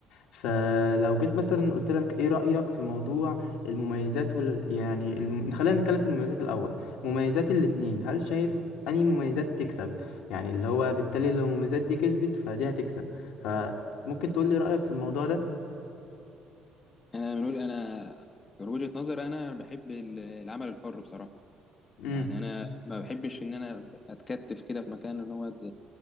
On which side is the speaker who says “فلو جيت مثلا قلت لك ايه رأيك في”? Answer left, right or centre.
Left